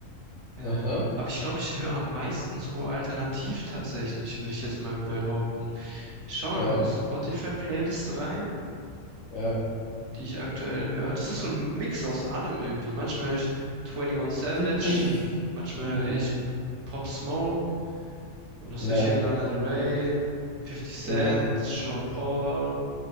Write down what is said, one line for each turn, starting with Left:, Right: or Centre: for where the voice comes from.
Right: Ähm,
Left: Aha.
Right: aber ich glaube, ich höre am meisten so alternativ tatsächlich, würde ich jetzt mal behaupten. Ich schaue
Left: Ja,
Right: mal in meine Spotify-Playlist rein,
Left: ja.
Right: die ich aktuell höre. Das ist so ein Mix aus allem irgendwie. Manchmal höre ich 21 Savage,
Left: <clears throat>
Right: manchmal
Left: Mhm.
Right: höre ich Pop Smoke und das
Left: Ja,
Right: heißt hier Lana Del Rey, Fifty Cent,
Left: ja.
Right: Sean Paul,